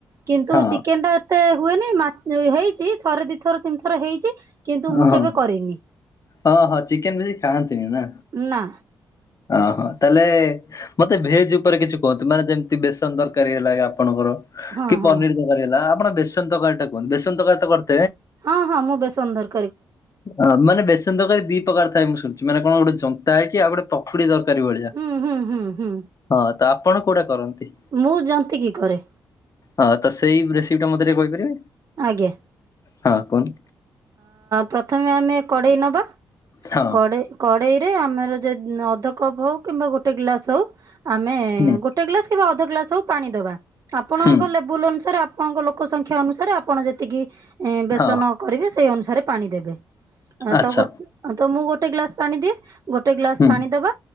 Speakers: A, on the right (about 45°); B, on the left (about 40°).
A: କିନ୍ତୁ
B: ହଁ
A: ଚିକେନ ଟା ଏତେ ହୁଏନି, <unintelligible> ହେଇଛି ଥରେ ଦିଥର ତିନି ଥର ହେଇଛି। କିନ୍ତୁ
B: ଓ-
A: ମୁଁ
B: ହଁ-
A: କେବେ କରିନି
B: ହଁ- ହଁ ଚିକେନ ବେଶି ଖାଆନ୍ତିନି ନା।
A: ନା
B: ଅ ହୋ ତାହେଲେ ମତେ ଭେଜ ଉପରେ କିଛି କୁହନ୍ତୁ, ମାନେ ଯେମିତି ବେସନ ଦରକାରୀ ହେଲା କି ଆପଣଙ୍କର।
A: ହଁ
B: କି
A: ହଁ।
B: ପନିର ତରକାରୀ ହେଲା ଆପଣ ବେସନ ତରକାରୀ ଟା କୁହନ୍ତୁ, ବେସନ ତରକାରୀ ତ
A: ହଁ- ହଁ- ମୁଁ ବେସନ <unintelligible>
B: ଅ ମାନେ ବେସନ ତରକାରୀ ଦି ପ୍ରକାର ଥାଏ ମୁଁ ଶୁଣିଛି, ମାନେ କଣ ଗୋଟେ ଜନ୍ତା ହେଇକି ଆଉ ଗୋଟେ ପକୁଡ଼ି ତ ତରକାରି ଭଳିଆ,
A: ହୁଁ ହୁଁ ହୁଁ ହୁଁ
B: ହଁ ତ ଆପଣ କୋଉଟା କରନ୍ତି?
A: ମୁଁ ଜନ୍ତିକି କରେ।
B: ହଁ ତ ସେଇ ରେସିପି ଟା, ମତେ ଟିକେ କହିପାରିବେ?
A: ଆଜ୍ଞା,
B: ହଁ କୁହନ୍ତୁ
A: ପ୍ରଥମେ ଆମେ କଡେଇ ନବା।
B: ହଁ
A: କଡେଇ କଡେଇରେ, ଆମର ଯ ଅଧ କପ ହଉ କିମ୍ବା ଗୋଟେ ଗ୍ଲାସ୍ ହଉ ଆମେ
B: ହୁଁ
A: ଗୋଟେ ଗ୍ଲାସ କିମ୍ବା ଅଧ ଗ୍ଲାସ ହଉ ପାଣି ଦବା। ଆପଣଙ୍କ
B: ହୁଁ
A: ଲେବୁଲ ଅନୁସାରେ ଆ ଆପଣଙ୍କ ଲୋକ ସଂଖ୍ୟା ଅନୁସାରେ, ଆପଣ ଯେତିକି ବେସନ
B: ହଁ
A: କରିବେ ସେଇ ଅନୁସାରେ ପାଣି ଦେବେ।
B: ଆଚ୍ଛା
A: ତ ଗୋ ତ ମୁଁ ଗୋଟେ ଗ୍ଲାସ ପାଣି ଦିଏ, ଗୋଟେ ଗ୍ଲାସ
B: ହୁଁ
A: ପାଣି ଦବା।